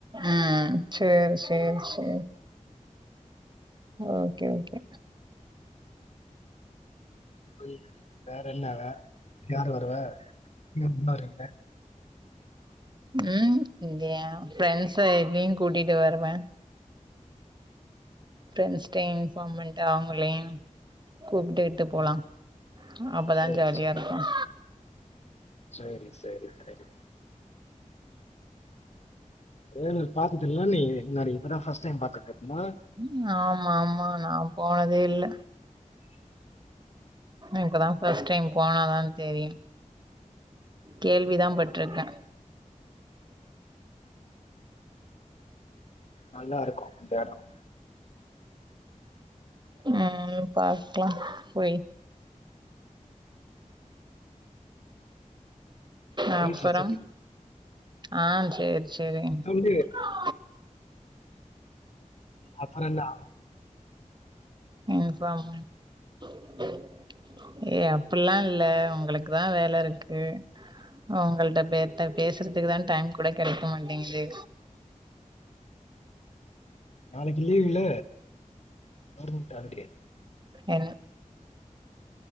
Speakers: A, on the right (about 35°); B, on the left (about 55°).
A: ம் சேரி சேரி சேரி ஓகே ஓகே
B: புரில வேற என்னவ யார் வருவா நீ எப்ப வருவ
A: ம் இது ஏ ப்ரெண்ட்ஸ் எப்டியு கூட்டிட்டு வருவே ப்ரெண்ட்ஸ்ட இன்பார்ம் பண்ட்டு அவுங்களையும் கூப்ட்டுட் ட்டு போலா
B: ம்.
A: அப்பதா
B: சரி,
A: ஜாலியா
B: சரி.
A: இருக்கும்
B: சரி சரி சரி ஏ நீ பாத்ததில்ல நீ முன்னாடி இப்பதா பர்ஸ்ட் டைம் பாத்துட்ருக்குமா
A: ம் ஆமா ஆமா நா போனதே இல்ல
B: ம்
A: இப்பதா ஃபஸ்ட் டைம் போனாதா தெரியு கேள்வி தா பட்ருக்கே
B: நல்லா இருக்கும் அந்த எடம்
A: ம் பாத்க்லா போய் அப்பறம்
B: வீட்ல சொல்லி
A: ஆ சேரி சேரி
B: சொல்லு.
A: ஆ
B: அப்பறன்னா
A: இன்பமாய் பண் ஏ அப் அப்பில்லாம் இல்ல உங்களுக்கு தா வேல இருக்கு உங்கள்ட்ட‌ பே பேசுறதுக்கு தான் டைம் கூட கெடைக்க மாட்டேங்குது
B: நாளைக்கு லீவ் இல்ல கவர்மெண்ட் ஹாலிடே
A: என்ன